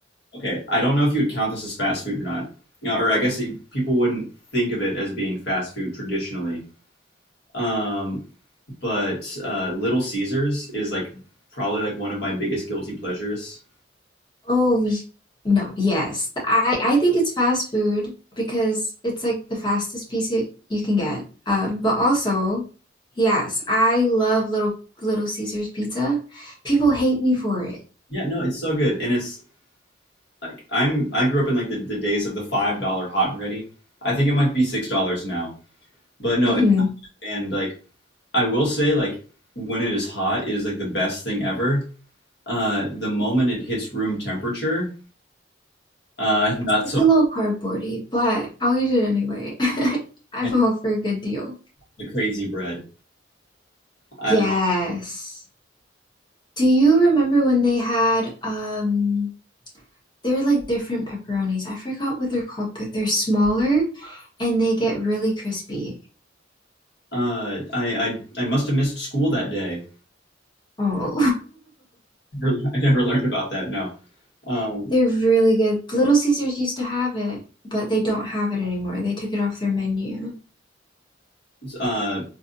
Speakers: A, on the left; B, on the left.
A: okay, I don't know if you would count this as fast food or not. You know, or I guess it- people wouldn't think of it as being fast food traditionally. Um, but uh, Little Caesars is like probably like one of my biggest guilty pleasures.
B: Oh No, yes. I I think it's fast food because it's like the fastest piece it, you can get. Um, but also, yes, I love little Little Caesar's pizza. People hate me for it.
A: Yeah, no, it's so good, and it's like I'm I grew up in like the, the days of the five dollar hot and ready. I think it might be six dollars now, but no,
B: hmm
A: and like I will say like when it is hot, it is like the best thing ever. Uh, the moment it hits room temperature, uh, <laughs> not
B: It's
A: so
B: a little cardboardy, but I'll eat it anyway. <laughs> I'm
A: and
B: all for a good deal.
A: the crazy bread. I
B: Yes. Do you remember when they had um they're like different pepperonis. I forgot what they're called, but they're smaller and they get really crispy.
A: uh I I I must have missed school that day.
B: Oh,
A: <laughs> I never learned about that. No. Um,
B: <laughs> they're really good. Little Caesars used to have it, but they don't have it anymore. They took it off their menu.
A: Uh,